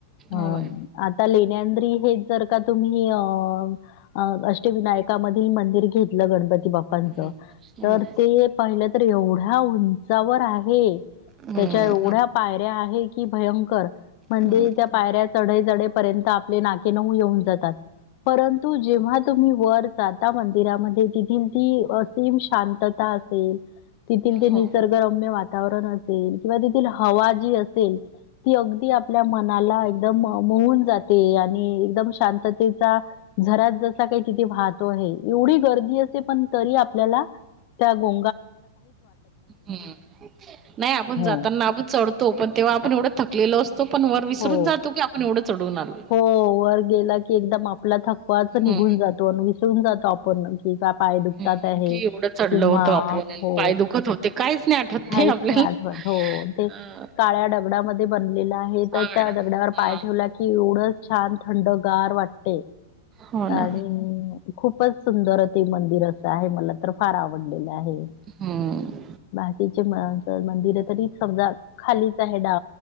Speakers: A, on the left; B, on the right.
A: अ
B: हो मॅम.
A: आता लेण्यांद्री हे जर का तुम्ही अ अष्टविनायक ध मंदिर घेतलं गणपती बाप्पांच
B: हम्म
A: तर पहिलं तर एवढ्या उंचावर आहे
B: हम्म
A: त्याच्या एवढ्या पायऱ्या आहे की भयंकर म्हणजे
B: हम्म.
A: त्या पायऱ्या चढ चढ पर्यंत आपले ना परु जेव्हा तुम्ही वर जा मिमध्ये तथ तीअसीम शांतता असेल तथ ते
B: हो
A: निसर्ग रम्य वातावरण असेल किंवा तेथील हवा जी असेल ती अगदी आपल्या मनाला एकदम मोऊून जाते आणि एकदम शांततेचा जरात जसा काही तिथे वाहतो आहे एवढी गर्दी असते पण तरी आपल्याला त्या गो
B: हम् नाही आपण
A: हो.
B: जाताना आपण चढत तो पण तेव्हा आपण एवढं थकलो असतो पण वर विसरून
A: हो.
B: जातो की आपण एवढं चढून आलो
A: हो वर गेला की एकदम आपला थकवाच निघून
B: हम्म
A: जातो आणि विसरून जातो आपण कि का पाय दुखतात
B: हम्म.
A: आहे
B: कि
A: किंवा
B: एवढं चढलो होतो आपण
A: हो
B: पाय दुखत होते काहीच नाही आठवत
A: काहीच
B: आपल्याला.
A: नाही आठवत हो ते
B: अ
A: काळ्या दडगडामध्ये बनलेला आहे
B: हा
A: तर त्या
B: मॅडम.
A: दगड्यावर पाय
B: हा
A: ठेवला क एवढंच छान थंडगार वाटते
B: हो ना
A: आणि खूपच सुंदर ते मंदिर असं आहे मला तर फार आवडलेलं आहे
B: हम्म
A: बाकीचे मंदिर आहे तरी समजा खालीच आहे डा